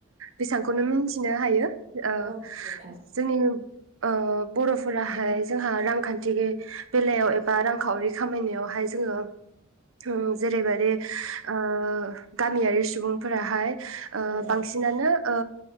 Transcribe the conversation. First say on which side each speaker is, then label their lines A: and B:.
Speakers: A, on the right; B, on the right.
A: बेसां खौनो मिथिनो हायो ओ
B: औ नोंथां
A: जोंनि ओ बर'फोराहाय जोंहा रांखान्थि बेलायाव एबा रांखावरि खामायनायावहाय जोङो <unintelligible> बे ओ ओ गामियारि सुबुंफोराहाय ओ
B: औ औ
A: बांसिनानो ओ